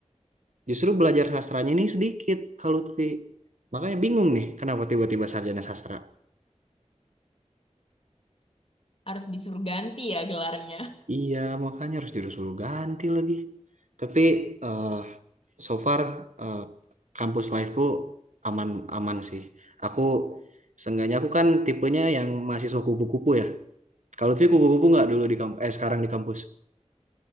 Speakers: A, on the right; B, on the left.
A: Justru belajar sastranya ini sedikit kalau Lutfi. Makanya bingung nih kenapa tiba-tiba sarjana sastra.
B: Harus disuruh ganti ya gelarnya.
A: Iya, makanya harus disuruh ganti lagi. Tapi eh so far eh, kampus life-ku aman-aman sih. Aku seenggaknya aku kan tipenya yang mahasiswa kupu-kupu ya. Kalau Lutfi kupu-kupu nggak dulu di kampus, eh sekarang di kampus.